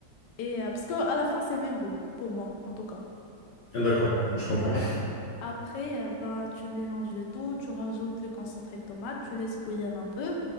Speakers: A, on the left; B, on the left.
A: Et euh, parce qu'à la fin, c'est le même goût, pour moi, en tout cas.
B: D'accord, je comprends.
A: Ouais. Après, euh, ben, tu mélanges le tout, tu rajoutes le concentré de tomate, tu laisses bouillir un peu.